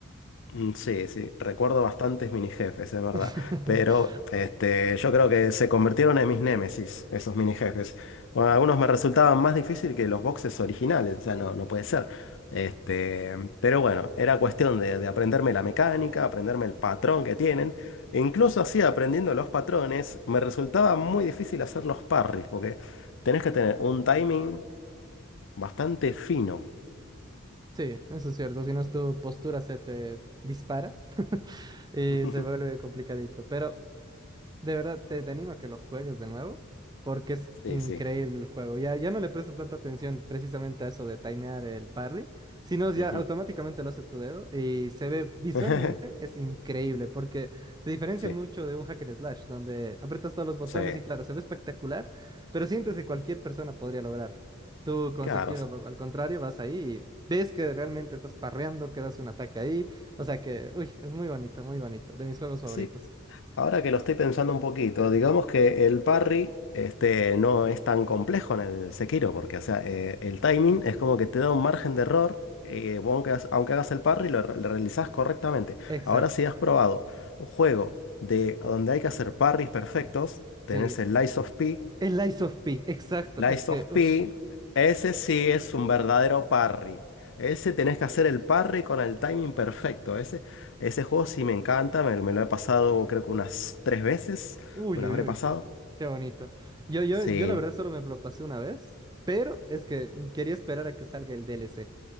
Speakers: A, on the left; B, on the right.
A: Mm, Sí, sí, recuerdo bastantes mini jefes, es verdad.
B: <laughs>
A: Pero este, yo creo que se convirtieron en mis némesis, esos mini jefes. Bueno, algunos me resultaban más difícil que los boxes originales, o sea, no, no puede ser. Este, pero bueno, era cuestión de, de aprenderme la mecánica, aprenderme el patrón que tienen. E incluso así, aprendiendo los patrones, me resultaba muy difícil hacer los parries, porque tenés que tener un timing bastante fino.
B: Sí, eso es cierto. Si no es tu postura, se te dispara <laughs> y
A: <laughs>
B: se vuelve complicadito. Pero de verdad, te, te animo a que lo juegues de nuevo, porque es
A: Sí,
B: increíble
A: sí.
B: el juego. Ya, ya no le prestas tanta atención precisamente a eso de timear el parry, sino ya
A: Ujú.
B: automáticamente lo hace tu dedo y se ve visualmente,
A: <laughs>
B: es increíble, porque se diferencia
A: Sí,
B: mucho de un hack and slash, donde aprietas todos los botones
A: sí.
B: y claro, se ve espectacular, pero sientes que cualquier persona podría lograrlo. Tú con
A: Claro,
B: Sekiro,
A: s-
B: al contrario, vas ahí y ves que realmente estás parreando, que das un ataque ahí. O sea que, uy, es muy bonito, muy bonito, de mis juegos favoritos.
A: sí. Ahora que lo estoy pensando un poquito, digamos que el parry este, no es tan complejo en el Sekiro, porque o sea, eh, el timing es como que te da un margen de error, eh, vos aunque, hagas aunque hagas el parry, lo, re- lo realizás correctamente.
B: Exacto.
A: Ahora si has probado un juego de donde hay que hacer parries perfectos, tenés
B: Sí,
A: el Lies of P,
B: el Lies of P, exacto.
A: Lies
B: Es que,
A: of
B: ush,
A: P, ese sí es un verdadero parry. Ese tenés que hacer el parry con el timing perfecto. Ese, ese juego sí me encanta, me, me lo he pasado creo que unas tres veces.
B: uy,
A: Me lo
B: uy,
A: habré
B: uy,
A: pasado.
B: qué bonito. Yo, yo,
A: Sí.
B: yo la verdad solo me lo pasé una vez, pero es que mm, quería esperar a que salga el DLC.